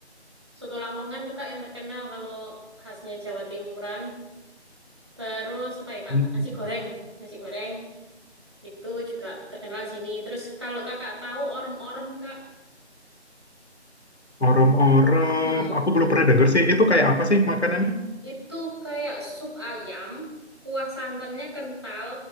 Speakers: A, on the right (about 25°); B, on the left (about 70°).
A: Soto Lamongan tuh Kak yang terkenal kalau khasnya Jawa Timuran. Terus apa ya Kak?
B: Hmm.
A: Nasi goreng. Nasi goreng. Itu juga terkenal sini. Terus kalau kakak tahu orem-orem kak,
B: Orem-orem,
A: Mm-mm.
B: aku belum pernah denger sih. Itu kayak apa sih makanannya?
A: itu kayak sup ayam, kuah santannya kental,